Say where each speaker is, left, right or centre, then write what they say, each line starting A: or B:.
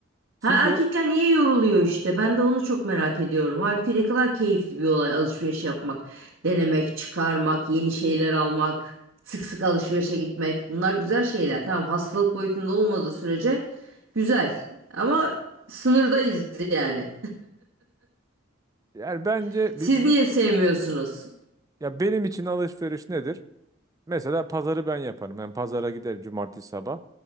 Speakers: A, on the right (about 15°); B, on the right (about 60°).
A: siz
B: Ha
A: yor
B: erkekler niye yoruluyor işte? Ben de onu çok merak ediyorum. Halbuki ne kadar keyifli bir olay alışveriş yapmak, denemek, çıkarmak, yeni şeyler almak, sık sık alışverişe gitmek. Bunlar güzel şeyler. Tamam hastalık boyutunda olmadığı sürece güzel. Ama sınırdayız yani.
A: yani bence
B: <laughs> Siz
A: bir,
B: niye
A: bir-
B: sevmiyorsunuz?
A: ya benim için alışveriş nedir? Mesela pazarı ben yaparım. Ben pazara giderim cumartesi sabah.